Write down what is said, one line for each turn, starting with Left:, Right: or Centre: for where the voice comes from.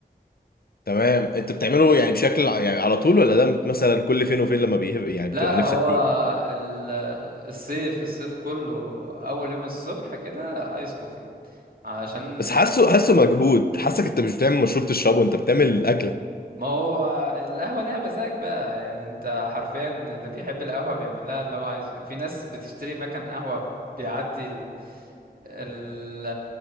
Left: تمام انت بتعمله يعني بشكل ع- يعني على طول ولا ده مثلا كل فين وفين لما بيهب يعني
Right: لا
Left: بتبقى نفسك
Right: هو
Left: فيه
Right: ال- الصيف الصيف كله اول يوم الصبح كده ايس كوفي علشان
Left: بس حاسه حاسه مجهود حاسك انت مش بتعمل مشروب تشربه انت بتعمل الاكله
Right: ما هو القهوة ليها مزاج بقى يعني انت حرفيا اللي بيحب القهوة بيعمل لها اللي هو عايزه في ناس بتشتري مكان قهوة بيعدي ال ال